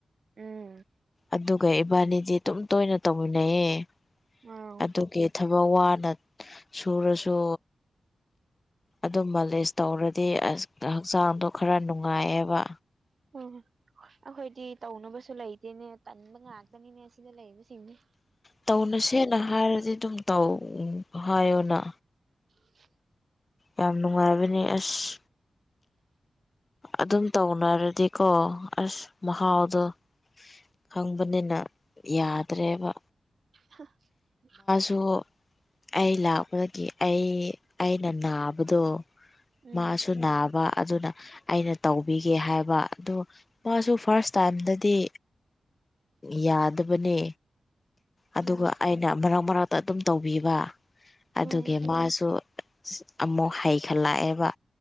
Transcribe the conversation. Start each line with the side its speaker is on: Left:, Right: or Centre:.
Right: ꯎꯝ
Left: ꯑꯗꯨꯒ ꯏꯕꯥꯅꯤꯗꯤ ꯑꯗꯨꯝ ꯇꯣꯏꯅ ꯇꯧꯃꯤꯟꯅꯩꯌꯦ
Right: ꯑꯥꯎ
Left: ꯑꯗꯨꯒꯤ ꯊꯕꯛ ꯋꯥꯅ ꯁꯨꯔꯁꯨ ꯑꯗꯨꯝꯕ ꯃꯥꯂꯤꯁ ꯇꯧꯔꯗꯤ ꯑꯁ ꯍꯛꯆꯥꯡꯗꯣ ꯈꯔ ꯅꯨꯡꯉꯥꯏꯑꯦꯕ
Right: ꯎꯝ ꯑꯩꯈꯣꯏꯗꯤ ꯇꯧꯅꯕꯁꯨ ꯂꯩꯇꯦꯅꯦ ꯇꯟꯕ ꯉꯥꯛꯇꯅꯤꯅꯦ ꯑꯁꯤꯗ ꯂꯩꯕꯁꯤꯡꯁꯦ
Left: ꯇꯧꯅꯁꯦꯅ ꯍꯥꯏꯔꯗꯤ ꯑꯗꯨꯝ ꯇꯧ ꯍꯥꯏꯌꯣꯅ
Right: <inaudible>
Left: ꯌꯥꯝ ꯅꯨꯡꯉꯥꯏꯕꯅꯦ ꯑꯁ ꯑꯗꯨꯝ ꯇꯧꯅꯔꯗꯤꯀꯣ ꯑꯁ ꯃꯍꯥꯎꯗꯣ
Right: ꯎꯝ
Left: ꯈꯪꯕꯅꯤꯅ ꯌꯥꯗ꯭ꯔꯦꯕ
Right: <unintelligible>
Left: ꯗꯣ ꯑꯩ ꯂꯥꯛꯄꯗꯒꯤ ꯑꯩ ꯑꯩꯅ ꯅꯥꯕꯗꯣ
Right: ꯎꯝ
Left: ꯃꯥꯁꯨ ꯅꯥꯕ ꯑꯗꯨꯅ ꯑꯩꯅ ꯇꯧꯕꯤꯒꯦ ꯍꯥꯏꯕ ꯑꯗꯨ ꯃꯥꯁꯨ ꯐꯥꯔꯁ ꯇꯥꯏꯝꯗꯗꯤ ꯌꯥꯗꯕꯅꯦ
Right: ꯎꯝ
Left: ꯑꯗꯨꯒ ꯑꯩꯅ ꯃꯔꯛ ꯃꯔꯛꯇ ꯑꯗꯨꯝ ꯇꯧꯕꯤꯕ ꯑꯗꯨꯒꯤ
Right: ꯎꯝ
Left: ꯃꯥꯁꯨ ꯑꯃꯨꯛ ꯍꯩꯈꯠꯂꯛꯑꯦꯕ